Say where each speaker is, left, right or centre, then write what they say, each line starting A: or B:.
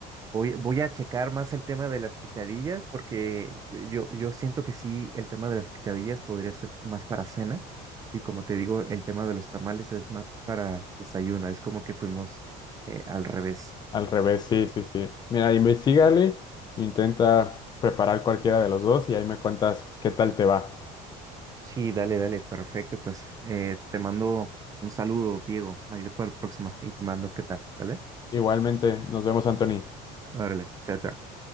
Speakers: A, on the right; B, on the left.
A: Voy, voy a checar más el tema de las picadillas porque yo, yo, yo siento que sí, el tema de las picadillas podría ser más para cena y como te digo, el tema de los tamales es más para desayuno, es como que fuimos eh, al revés.
B: Al revés, sí, sí, sí. Mira, investigale, intenta preparar cualquiera de los dos y ahí me cuentas qué tal te va.
A: Sí, dale, dale, perfecto, pues eh, te mando un saludo, Diego, ahí para la próxima y te mando qué tal, ¿vale?
B: Igualmente, nos vemos, Anthony.
A: Órale, chao, chao.